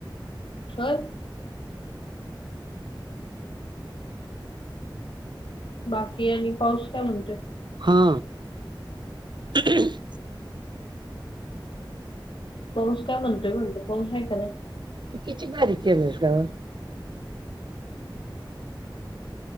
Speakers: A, on the left; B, on the right.
A: हो बाकी आणि पाऊस काय म्हणतोय
B: हा ह
A: पाऊस काय म्हणतोय म्हणतो पाऊस आहे का नाही
B: तिकिची गारी केलीस का